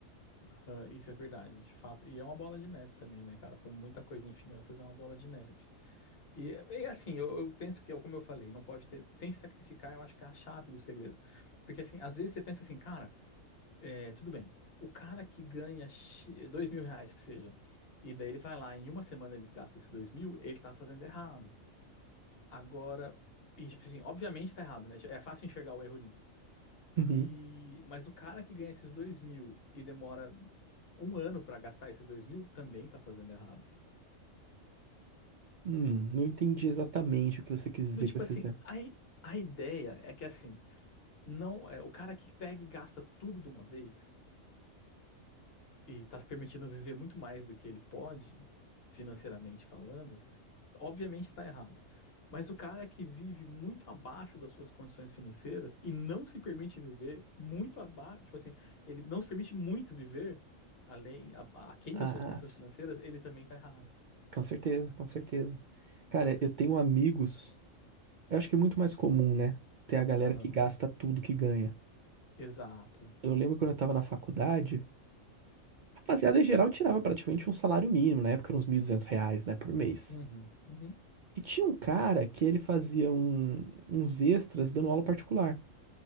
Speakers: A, on the left; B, on the right.
A: Aham, Isso é verdade, de fato. E é uma bola de neve também, né, cara? Como muita coisa em finanças, é uma bola de neve. E, e assim, eu, eu penso que, é como eu falei, não pode ter. Sem se sacrificar, eu acho que é a chave do segredo. Porque, assim, às vezes você pensa assim, cara, é, tudo bem. O cara que ganha X- dois mil reais, que seja, e daí ele vai lá, em uma semana ele gasta esses dois mil, ele tá fazendo errado. Agora, e, tipo assim, obviamente tá errado, né? É fácil enxergar o erro nisso.
B: Uhum.
A: E, mas o cara que ganha esses dois mil e demora um ano pra gastar esses dois mil também tá fazendo errado.
B: Hum, não entendi exatamente o que você quis dizer
A: Do tipo
B: com esse
A: assim,
B: exemplo.
A: a, i- a ideia é que assim, não é o cara que pega e gasta tudo de uma vez e tá se permitindo viver muito mais do que ele pode, financeiramente falando. obviamente está errado. Mas o cara que vive muito abaixo das suas condições financeiras e não se permite viver muito abaixo, tipo assim, ele não se permite muito viver além, a- aquém
B: Ah,
A: das suas condições
B: ah,
A: financeiras, ele também está errado.
B: Com certeza, com certeza. Cara, eu tenho amigos. Eu acho que é muito mais comum, né? Ter a galera
A: Aham.
B: que gasta tudo que ganha.
A: Exato.
B: Eu lembro quando eu tava na faculdade, a rapaziada em geral tirava praticamente um salário mínimo, na época era uns 1.200 reais, né, por mês.
A: Uhum, uhum.
B: E tinha um cara que ele fazia um- uns extras dando aula particular.